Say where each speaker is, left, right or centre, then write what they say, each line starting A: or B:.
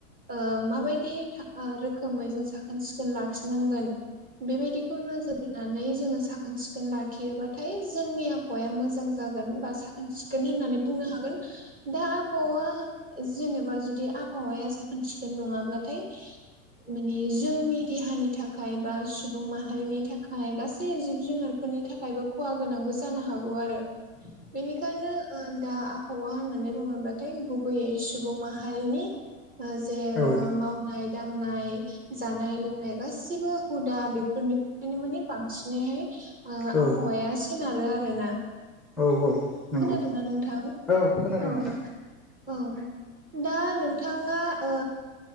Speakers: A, on the right; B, in the centre.
A: ओ माबायदि ओ रोखोमै जों साखोन सिखोन लाखिनांगोन बेबाय दिखौ नोजोर बोनानै जोङो साखोन सिखोन लाखियोबाथाय जोंनि आबहावाया मोजां जागोन बा साखोन सिखोन होननानै बुंनो हागोन दा आबहावा जेनेबा जुदि आबहावाया साखोन सिखोन नङाब्लाथाय माने जोंनि देहानि थाखाय बा सुबुं माहा रिनि थाखाय गासै जिब जुनारफोरनि थाखायबो खहा गोनांबो जानो हागौ आरो बेनिखायनो ओ दा आबहावा होननानै बुङोब्लाथाय गुबैयै सुबुं माहारिनि जे ओ
B: औ
A: मावनाय दांनाय जानाय लोंनाय गासिबो हुदा बेफोरनि ओंखायनो माने बांसिनैहाय
B: औ
A: आबहावाया सोनारो आरो ना
B: औ औ नंगौ
A: खोनादोंना नोंथां
B: औ खोनादों
A: औ
B: नोंथां
A: औ दा नोंथाङा ओ